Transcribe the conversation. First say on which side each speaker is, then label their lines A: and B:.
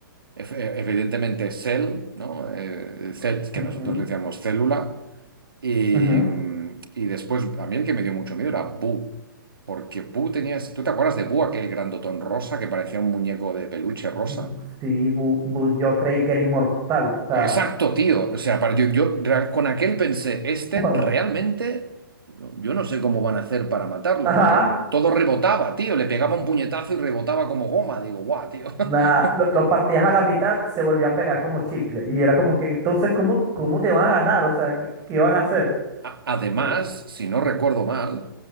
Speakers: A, on the right; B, on the right.
A: ef- eh, evidentemente Cell, ¿no? Eh, Cell, que
B: Ujú,
A: nosotros le decíamos célula. Y,
B: ujú.
A: mm, y después, a mí el que me dio mucho miedo era Boo. Porque Boo tenía... ese- ¿Tú te acuerdas de Boo, aquel grandotón rosa que parecía un muñeco de peluche rosa?
B: Bu- Sí, Bu- Bu- yo creí que era inmortal, o sea,
A: Exacto, tío. O sea, para, yo, yo ra- con aquel pensé,
B: <laughs>
A: este
B: what?
A: realmente... no- Yo no sé cómo van a hacer para matarlo,
B: Ajá.
A: porque mm, todo rebotaba, tío. Le pegaba un puñetazo y rebotaba como goma. Digo, guau, tío. <laughs>
B: Nada, lo, lo partías a la mitad, se volvía a pegar como chicle. Y era como que, entonces, ¿cómo, cómo te van a ganar? O sea, ¿qué, qué iban a hacer?
A: A- Además,
B: Sí.
A: si no recuerdo mal,